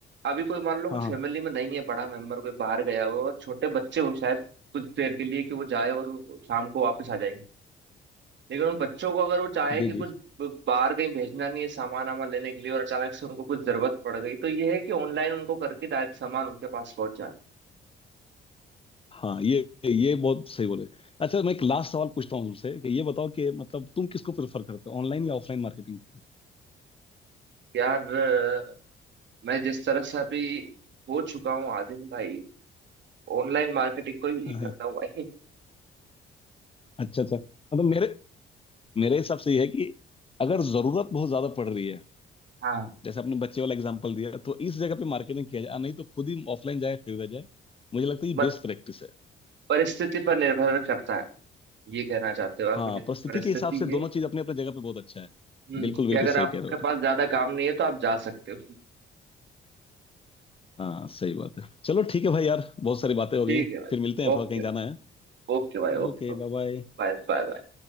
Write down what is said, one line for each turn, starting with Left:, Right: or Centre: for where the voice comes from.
Right: अभी कोई मान लो कोई
Left: हाँ हाँ
Right: फैमिली में नहीं है बड़ा मेंबर कोई बाहर गया हुआ है और छोटे बच्चे हो शायद कुछ देर के लिए कि वो जाए और वो शाम को वापस आ जाएंगे लेकिन उन बच्चों को अगर वो चाहे
Left: जी
Right: कि
Left: जी
Right: कुछ बाहर कहीं भेजना नहीं है सामान वामान लेने के लिए और अचानक से उनको कुछ जरूरत पड़ गई तो ये है कि ऑनलाइन उनको करके डायरेक्ट सामान उनके पास पहुंच जाए
Left: हाँ ये ये बहुत सही बोले अच्छा मैं एक लास्ट सवाल पूछता हूँ तुमसे कि ये बताओ कि मतलब तुम किसको प्रेफर करते हो ऑनलाइन या ऑफलाइन मार्केटिंग
Right: यार अ, मैं जिस तरह से अभी हो चुका हूँ आदिन भाई ऑनलाइन मार्केटिंग को ही
Left: हाँ
Right: करता
Left: हाँ
Right: हूँ भाई
Left: अच्छा अच्छा मतलब मेरे मेरे हिसाब से ये है कि अगर जरूरत बहुत ज्यादा पड़ रही है
Right: हाँ
Left: जैसे आपने बच्चे वाला एग्जांपल दिया तो इस जगह पे मार्केटिंग किया जाए नहीं तो खुद ही ऑफलाइन जाए खरीदा जाए मुझे लगता है ये
Right: मत
Left: बेस्ट प्रैक्टिस है
Right: परिस्थिति पर निर्भर करता है ये कहना चाहते हो आप
Left: हाँ
Right: जैसी
Left: परिस्थिति
Right: परिस्थिति
Left: के हिसाब से दोनों
Right: है
Left: चीज अपने अपने जगह पे बहुत अच्छा है
Right: हम्म
Left: बिल्कुल
Right: कि
Left: बिल्कुल
Right: अगर
Left: सही
Right: आपके
Left: कह रहे हो यार
Right: पास ज्यादा काम नहीं है तो आप जा सकते हो
Left: हाँ सही बात है चलो ठीक है भाई यार बहुत सारी बातें हो
Right: ठीक
Left: गई हैं
Right: है भाई
Left: फिर मिलते हैं
Right: ओके
Left: थोड़ा कहीं जाना है
Right: ओके भाई
Left: Okay
Right: ओके
Left: bye bye
Right: Bye bye